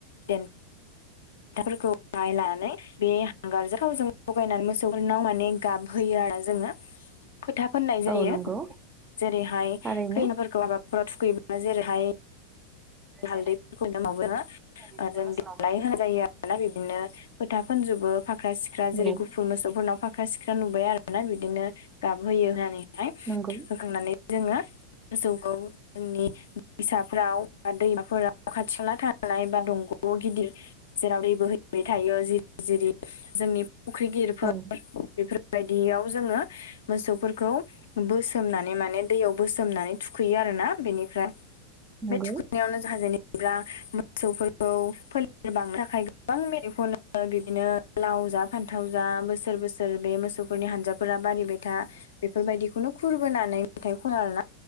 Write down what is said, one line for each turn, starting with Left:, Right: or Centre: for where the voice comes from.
Left: देनथाफोरखौहाय लानानै बे हांगारजों थावजों लगायनानै मोसौफोरनाव माने गाबहोयो आरो जोङो। फोथा फोननाय जायो
Right: औ नंगौ
Left: जेरैहाय
Right: थारैनो
Left: खैनाफोरखौ हाबाफोराव थुखैयोब्ला जेरैहाय हालदैफोरखौ
Right: जेरै
Left: <unintelligible>
Right: गैया
Left: जों
Right: मोसौनावबो
Left: देलाय होनाय जायो आरोना बिदिनो फोथा फुनजोबो फाख्रा सिख्रा जेरै
Right: औ
Left: गुफुर मोसौफोरनाव फा फाख्रा सिख्रा नुबाय आरोना बिदिनो गाबहोयो होननानैहाय
Right: नंगौ
Left: बोखांनानै जोङो मोसौखौ जोंनि फिसाफ्राव दैमाफोराव खाथि खाला थानाय बा दंग'आव गिदिर जेराव दै बोहैबाय थायो जिरि जिरि जोंनि फुख्रि गिदिरफोर
Right: औ
Left: बेफोर बे बायदियाव जोङो मोसौफोरखौ बोसोमनानै माने दैयाव बोसोमनानै थुखैयो आरोना बेनिफ्राय
Right: नंगौ
Left: बे थुखै नायावनो जोंहा जेनेबा मोसौफोरखौ फोलेर बांनो थाखाय गोबां मेनो बिदिनो लाव जा फान्थाव जा बोसोर बोसोर बे मोसौफोरनि हानजाफोरा बारिबायथा बेफोरबायदिखौनो खुरबोनानै मेथाइ खननो ना